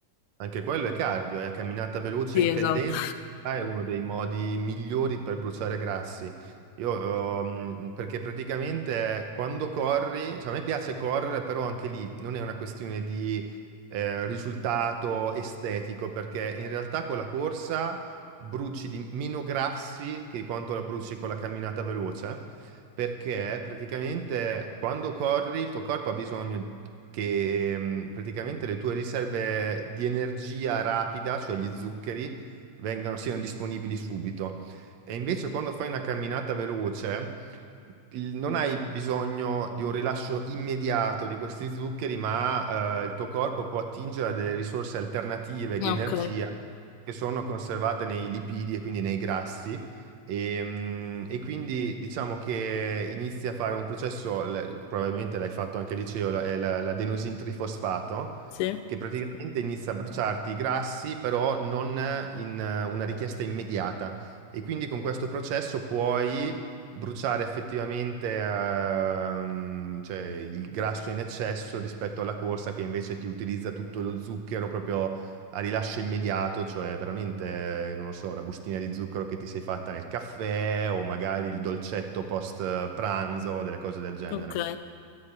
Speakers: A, on the right; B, on the left.
A: Anche quello è cardio, è a camminata veloce
B: sì,
A: in
B: esatto.
A: pendenza, ah, è uno dei modi migliori per bruciare grassi. Io, ehm, perché praticamente quando corri, cioè a me piace correre, però anche lì non è una questione di eh, risultato estetico, perché in realtà con la corsa bruci di meno grassi che quanto la bruci con la camminata veloce perché praticamente quando corri il tuo corpo ha bisogno che mm, praticamente le tue riserve di energia rapida, cioè gli zuccheri, vengano, siano disponibili subito. E invece quando fai una camminata veloce, il- non hai bisogno di un rilascio immediato di questi zuccheri, ma eh, il tuo corpo può attingere a delle risorse alternative di
B: Ok,
A: energia che sono conservate nei lipidi e quindi nei grassi Ehm, E, quindi diciamo che inizi a fare un processo, l- probabilmente l'hai fatto anche al liceo, la- è la- l'adenosin trifosfato,
B: sì,
A: che praticamente inizia a bruciarti i grassi, però non in eh, una richiesta immediata. E quindi con questo processo puoi bruciare effettivamente ehm, cioè, il grasso in eccesso rispetto alla corsa che invece ti utilizza tutto lo zucchero proprio a rilascio immediato, cioè veramente, non lo so, la bustina di zucchero che ti sei fatta nel caffè o magari il dolcetto post pranzo o delle cose del genere.
B: ok,